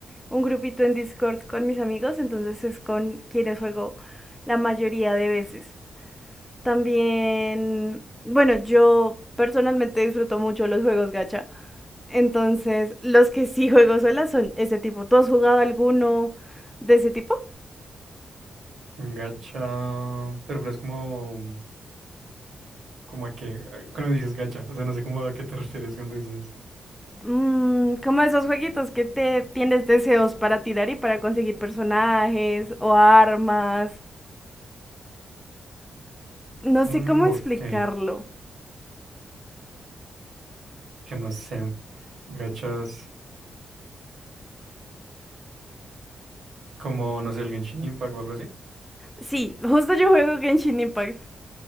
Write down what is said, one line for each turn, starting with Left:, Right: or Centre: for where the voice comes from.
Centre: un grupito en Discord con mis amigos, entonces es con quienes juego la mayoría de veces. También, bueno, yo personalmente disfruto mucho los juegos gacha. Entonces, los que sí juego sola son ese tipo. ¿Tú has jugado alguno de ese tipo?
Right: Gacha, te refieres como, como a qué? Ah, cuando dices gacha, o sea, no sé cómo a qué te refieres cuando dices,
Centre: Mm, como esos jueguitos que te tienes deseos para tirar y para conseguir personajes o armas. No
Right: mm,
Centre: sé cómo explicarlo.
Right: ok, que no sé, gachas. Como, no sé, el Genshin Impact o algo así.
Centre: Sí, justo yo juego Genshin Impact.